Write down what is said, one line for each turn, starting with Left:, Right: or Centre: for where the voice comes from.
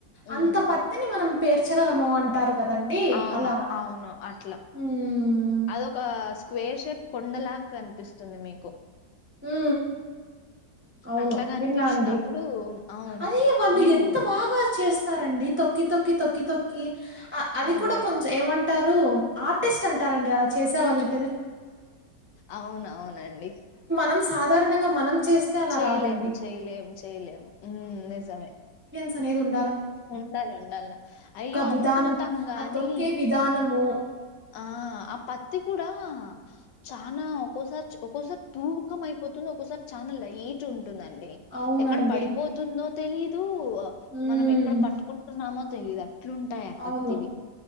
Left: ఉమ్
Right: అంత పత్తిని మనం. పేర్చగలమో అంటారు. కదండీ!
Left: అవును.
Right: అలా.
Left: అవును అట్ల
Right: హ్మ్.
Left: అదొక స్క్. క్వేర్ షేప్ కొండల్లాగ్ కనిపిస్తుంది. మీకు
Right: ఊ అవును
Left: అట్లా కనిపించినప్పుడు
Right: విన్నా అండి.
Left: అవును
Right: అది వాళ్ళు
Left: మేము
Right: ఎంత బాగా చేస్తారండి తొక్కి. తొక్కి తొక్కి తొక్కీ. అ అది
Left: అదే
Right: కూడా కొంచెం ఏమంట్. టరూ. ఆర్టిస్ట్ అంటారండి. అలా చేసే వాల్ని.
Left: అవున్ అవునండి.
Right: నం సాధారణంగా మనం. చేస్తే అలా
Left: చేయలేము,
Right: రాదండి.
Left: చేయలేము, చేయలేము, ఊ నిజమే.
Right: తనేదున్.
Left: ఉండాల్ ఉండాల. అయ్యో
Right: విధానం
Left: అనుకుంటాం గానీ
Right: ఆ తొక్కే విధానము
Left: ఆ ఆ పత్. త్తి కూడా చానా ఒక్కోసారి చ్ ఒక్కోసారి తూకమయిపోతుంది. ఒక్కసారి చానా లైట్. చ్చుంటుందండి.
Right: అవునండి
Left: ఎక్కడ పడిపోతుందో. తెలీదు. ప
Right: ఉమ్
Left: మనం ఎక్. క్కడ పట్టుకుంటున్నామో. తెలీదా. ట్లుంటయ పత్తివి,
Right: అవును